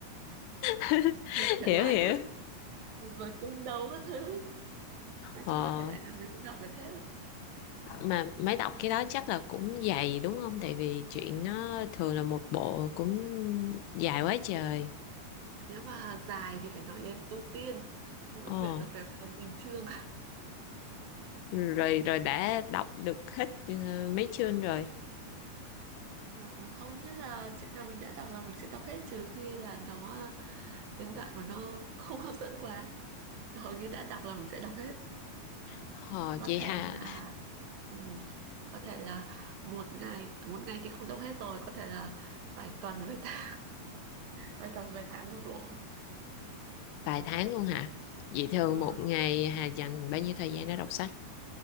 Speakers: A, on the left (about 85°); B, on the right (about 75°).
A: <laughs>
B: <laughs> nhiều thể
A: hiểu
B: loại
A: hiểu
B: lắm rồi cung đấu các thứ nói
A: ờ,
B: chung là thể loại nào mình cũng đọc được hết
A: mà mới đọc cái đó chắc là cũng dày đúng không tại vì chuyện nó thường là một bộ cũng dài quá trời
B: nếu mà dài thì phải nói đến tu tiên mỗi
A: Ồ.
B: quyển là phải vào nghìn chương
A: rồi rồi đã đọc được hết ờ, mấy chương rồi
B: À, hầu như là chuyện nào mình đã đọc là mình sẽ đọc hết trừ khi là nó à, đến đoạn mà nó không <laughs> hấp dẫn quá hầu như đã đọc là mình sẽ đọc hết
A: hò
B: có
A: vậy
B: thể
A: hà
B: là ừm, có thể là một ngày một ngày thì không đọc hết rồi có thể là vài tuần vài tháng <laughs> vài tuần vài tháng một bộ
A: vài tháng luôn hả vậy thường
B: đúng rồi
A: một ngày hà dành bao nhiêu thời gian để đọc sách